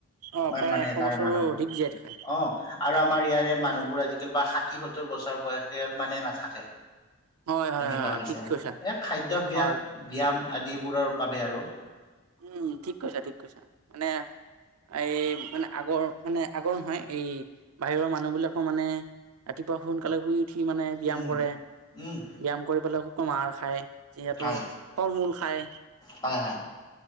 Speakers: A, on the right; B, on the left.
A: অ'
B: ইমান
A: প্ৰায়
B: মানে
A: এশ
B: তাৰ
A: বছৰো
B: মানুহবোৰ।
A: অধিক জীয়াই থাকে।
B: অ' আৰু আমাৰ ইয়াৰে মানুহবোৰ আজিকালি বা ষাঠি-সত্তৰ বছৰ বয়সে মানে নাথাকে।
A: হয় হয়
B: এনেকুৱা
A: হয়
B: হৈছে।
A: ঠিক
B: এই
A: কৈছা
B: খাদ্যাভাস,
A: হয়।
B: ব্যায়াম যিবোৰৰ বাবে আৰু।
A: উম, ঠিক কৈছা। ঠিক কৈছা। মানে- এই মানে- আগৰ- মানে আগৰ নহয়। এই বাহিৰৰ মানুহবিলাকো মানে ৰাতিপুৱা সোনকালে শুই উঠি মানে ব্যায়াম
B: উম
A: কৰে
B: উম
A: ব্যায়াম কৰি পেলাই খু কুমাৰ খায় যিহেতু
B: হয়
A: ফল মূল খায়
B: হয় হয়।